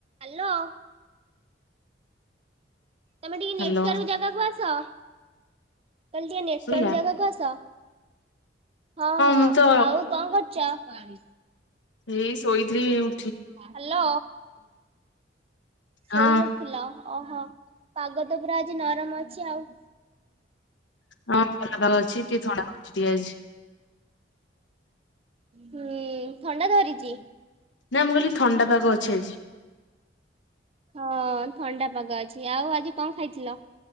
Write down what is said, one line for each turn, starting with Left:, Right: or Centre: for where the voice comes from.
Right: Hello. ତମେ ଟିକେ network
Left: hello
Right: ଜାଗାକୁ ଆସ। କଲ ଟିକେ ନେଟୱାର୍କ
Left: ଶୁଭିଲା?
Right: ଜାଗାକୁ ଆସ ହଁ ହଁ
Left: ମୁଁ ତ
Right: ଆଉ। କଣ କରୁଛ?
Left: ହେଇ ଶୋଇଥିଲି ଉ
Right: ହ୍ୟାଲୋ ଶୋଇପଡ଼ିଥିଲ
Left: ହଁ
Right: ଓହୋ ପାଗ ତ ପୁରା ଆଜି ନରମ ଅଛି ଆଉ।
Left: ହଁ ଭଲ ପାଗ ଅଛି ଟିକେ ଥଣ୍ଡା କରଛି ପିଆଜ
Right: ହୁଁ ଥଣ୍ଡା ଧରିଛି।
Left: ନାଁ ମୁ କଲି ଥଣ୍ଡା ପାଗ ଅଛି ଆଜି।
Right: ହଁ ଥଣ୍ଡା ପାଗ ଅଛି ଆଉ ଆଜି କଣ ଖାଇଥିଲ